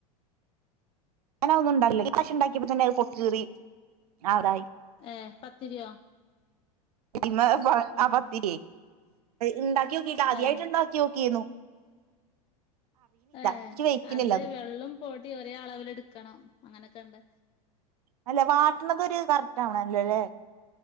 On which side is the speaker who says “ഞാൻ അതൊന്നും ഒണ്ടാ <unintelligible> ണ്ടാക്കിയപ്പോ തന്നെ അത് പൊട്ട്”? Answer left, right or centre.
Right